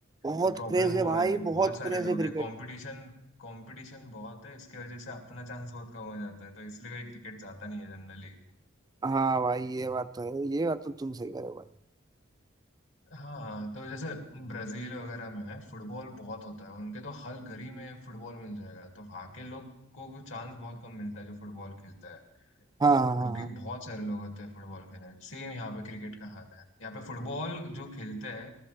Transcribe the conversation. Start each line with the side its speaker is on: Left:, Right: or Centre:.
Right: बहुत
Left: तो प्रॉब्लम
Right: क्रेज है
Left: वो
Right: भाई
Left: है कि
Right: बहुत
Left: बहुत सारे
Right: क्रेज है
Left: लोग
Right: क्रिकेट
Left: हैं कंपटीशन कंपटीशन बहुत है इसके वजह से अपना चांस बहुत कम हो जाता है तो इसलिए कोई क्रिकेट जाता नहीं है जनरली
Right: हाँ भाई ये बात तो है ये बात तो तुम सही कह रहे हो भाई
Left: हाँ तो जैसे ब्राजील वगैरह में है फुटबॉल बहुत होता है उनके तो हर गली में फुटबॉल मिल जाएगा तो वहाँ के लोग को चांस बहुत कम मिलता है जो फुटबॉल खेलता है
Right: हाँ हाँ हाँ
Left: क्योंकि
Right: हाँ।
Left: बहुत सारे लोग होते हैं फुटबॉल के अंदर सेम यहाँ पे क्रिकेट का हाल है यहाँ पे फुटबॉल जो खेलते हैं